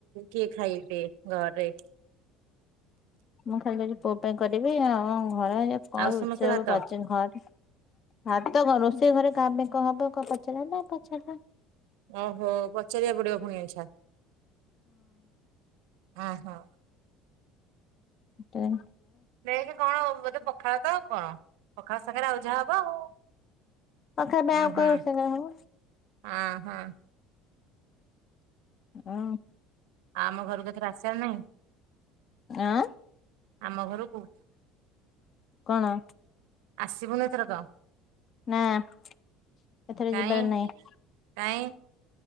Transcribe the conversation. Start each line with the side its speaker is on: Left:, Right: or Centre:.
Right: କିଏ ଖାଇବେ ଘରେ?
Left: ମୁଁ ଖାଲି ଆଜି ପୁଅ ପାଇଁ କରିବି ଆଉ। ଘରେ ଆଜି କଣ
Right: ଆଉ
Left: ରୋଷେଇ
Right: ସମସ୍ତେ
Left: ହବ
Right: ଭାତ?
Left: ପଚାରିନ ଘରେ ଭାତ କଣ ରୋ ସେ ଘରେ କା ପାଇଁ କଣ ହବ କ ପଚା ନା ପଚାରିଲନି?
Right: ଓହୋ ପଚାରିବାକୁ ପଡିବ ପୁଣି ଆଛା। ଆହୋ।
Left: ଟେ।
Right: ଦେଖେ କଣ ମତେ ପ ପଖାଳ ତ ଆଉ କଣ ପଖାଳ ସାଙ୍ଗରେ ଆଉ ଯାହା ହବ ଆଉ
Left: ପାଖା ପାଇଁ
Right: ହୁଁ
Left: ଆଉ
Right: ହୁଁ
Left: କଣ ରୋଷେଇ ହବ
Right: ଆହାଁ।
Left: ଉଁ।
Right: ଆମ ଘରକୁ ଏଥର ଆସିବ ନାହିଁ?
Left: ଆଁ
Right: ଆମ ଘରକୁ?
Left: କଣ?
Right: ଆସିବୁନି ଏଥର କ?
Left: ନା ଏଥର
Right: କାଇଁ
Left: ଯିବାର ନାଇଁ।
Right: କାଇଁ